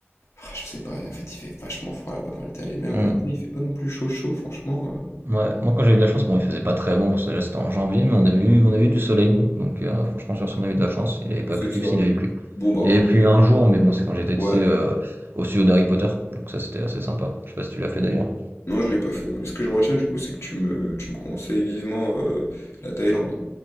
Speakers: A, on the left; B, on the right.
A: ah, je sais pas, en fait, il fait vachement froid là-bas quand j'étais allé. Même
B: Mm,
A: en été, il fait pas non plus chaud chaud, franchement. euh.
B: Ouais. Moi, quand j'ai eu de la chance, bon, il faisait pas très bon, parce que déjà, c'était en janvier, mais on a eu, on a eu du soleil, nous. Donc, euh, franchement, sur ce, on a eu de la chance. Il avait pas
A: C'est
B: plu,
A: ça.
B: s'il avait plu.
A: Bon bah,
B: Il avait plu un jour, mais bon, c'est quand j'étais,
A: ouais.
B: tu sais, euh, au studio d'Harry Potter. Donc, ça, c'était assez sympa. Je sais pas si tu l'as fait d'ailleurs.
A: Non, je l'ai pas fait. moi. Mais ce que je retiens du coup, c'est que tu me, tu me conseilles vivement euh, la Thaïlande.